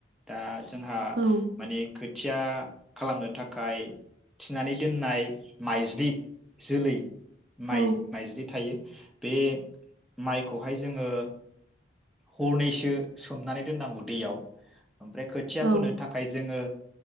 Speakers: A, in the centre; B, on the right.
A: दा। जोंहा
B: औ
A: माने खोथिया खालामनो थाखाय थिनानै दोननाय माइज्लि जोलै।
B: औ
A: माइ माइज्लि थायो बे माइखौहाय जोङो। हरनैसो सोमनानै दोननांगौ दैयाव। ओमफ्राय खोथिया
B: औ
A: फोनो थाखाय जोङो।